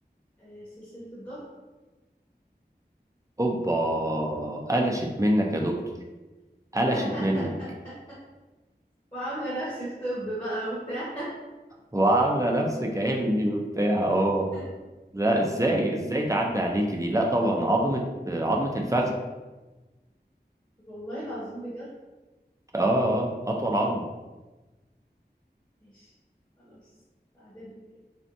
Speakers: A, on the left; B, on the right.
A: آه، سلسلة الظهر
B: اوبا قلشت منك يا دكتور قلشت
A: <laughs>
B: منك
A: وعاملة نفسي في طب بقى وبتاع
B: وعامله نفسك علمي وبتاع اه
A: <laughs>
B: لا ازاي ازاي تعدي عليك دي لا طبعا عظمه عظمه الفخذ
A: والله العظيم بجد
B: اه اه اطول عظمه
A: ماشي خلاص تعادلنا كده